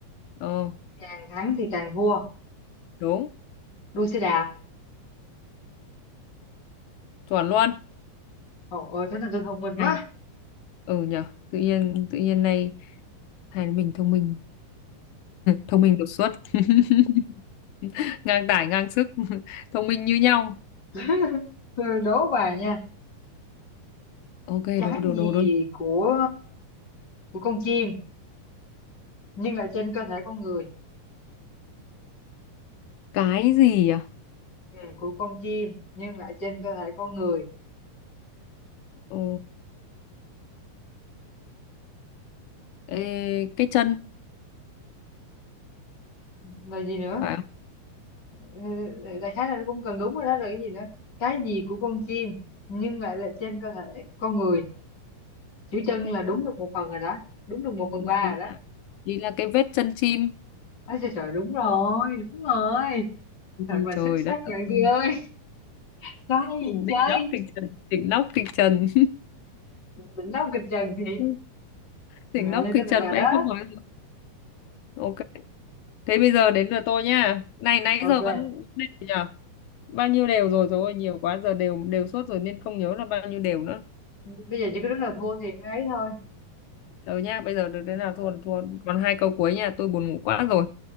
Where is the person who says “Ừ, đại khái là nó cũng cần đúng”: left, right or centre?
Left